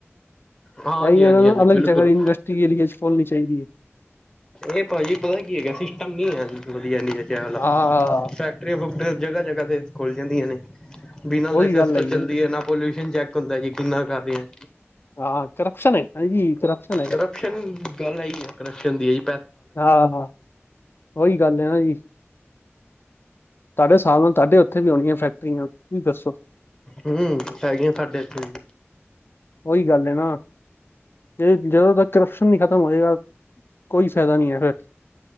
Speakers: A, on the left; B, on the left.
A: ਹਾਂਜੀ
B: ਇਹੀ
A: ਹਾਂਜੀ
B: ਨਾ
A: ਹਾਂਜੀ
B: ਅਲਗ
A: ਬਿਲਕੁਲ
B: ਜਗਾ ਇਡੰਸਟਰੀਜ ਏਰੀਏ 'ਚ ਖੋਲਣੀ ਚਾਹੀਦੀ ਹੈ
A: ਇਹ ਭਾਜੀ ਪਤਾ ਕੀ ਹੈਗਾ, ਸਿਸਟਮ ਨੀ ਹੈ ਵਧੀਆ ਇ ਚੈ ਵਾਲਾ
B: ਹਾਂ
A: ਫੈਕਟਰੀਆਂ, ਫੁਕਟਰੀਆਂ ਜਗਾ-ਜਗਾ ਤੇ ਖੁੱਲ ਜਾਂਦੀਆਂ ਨੇ, ਬੀਨਾਂ
B: ਉਹੀ
A: ਲਾਈਸੈਂਸ
B: ਗੱਲ ਹੈਗੀ
A: ਤੋਂ ਚੱਲਦੀ ਏ
B: ਹੈ
A: ਨਾ ਪਲ ਊਸ਼ਨ ਜੈ ਇਕ ਹੁੰਦਾ ਜੀ, ਕਿੰਨਾ ਕਰ ਰਹੇ ਹਾਂ।
B: ਹਾਂ ਕਰਪਸ਼ਨ ਹੈ ਹਾਂਜੀ ਕਰਪਸ਼ਨ ਹੈਗਾ
A: ਕਰਪਸ਼ਨ, ਗੱਲ ਆਹੀ ਹੈ ਕਰਪਸ਼ਨ ਦੀ ਹੈ ਜ
B: ਆਹ, ਉਹੀ ਗੱਲ ਹੈ ਨਾ ਜੀ। ਤੁਹਾਡੇ ਸਾਹਮਣੇ, ਤੁਹਾਡੇ ਵੀ ਉਥੇ ਹੋਣੀਆਂ ਫੈਕਟਰੀਆਂ ਤੁਸੀਂ ਦੱਸੋ
A: ਹਮ, ਹੈਗੀਆਂ ਸਾਡੇ ਇੱਥੇ ਵੀ।
B: ਉਹੀ ਗੱਲ ਨਾ। ਇਹ, ਜਦੋਂ ਤੱਕ ਕਰਪਸ਼ਨ ਨਹੀਂ ਖ਼ਤਮ ਹੋਏਗਾ, ਕੋਈ ਫਾਇਦਾ ਨਹੀਂ ਫਿਰ।